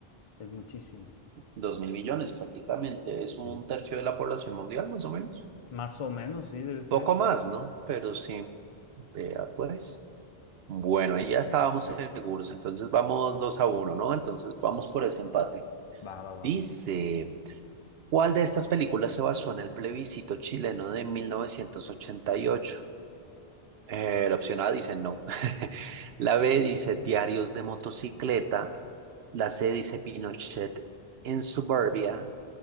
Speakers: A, on the left; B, on the right.
A: Es muchísimo,
B: Dos mil millones prácticamente, es
A: sí.
B: un tercio de la población mundial, más o menos.
A: Más o menos, sí, debe ser.
B: Poco más, ¿no? Pero sí, vea pues. Bueno, ahí ya estábamos seguros, entonces vamos dos a uno, ¿no? Entonces vamos por ese empate.
A: Va, va,
B: Dice,
A: va.
B: ¿cuál de estas películas se basó en el plebiscito chileno de 1988? Eh, la opción A dice no. <laughs> La B dice diarios de motocicleta. La C dice Pinochet en suburbia.